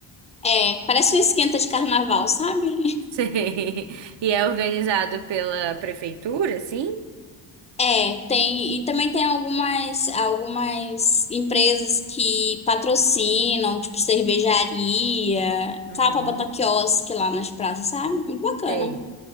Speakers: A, on the left; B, on the right.
A: É, parece um esquenta de carnaval, sabe? <laughs>
B: Sei. E é organizado pela prefeitura, sim?
A: É, tem. E também tem algumas, algumas empresas que patrocinam, tipo cervejaria,
B: Uhum,
A: tal, pra botar quiosque lá nas praças, sabe? Muito bacana.
B: sei.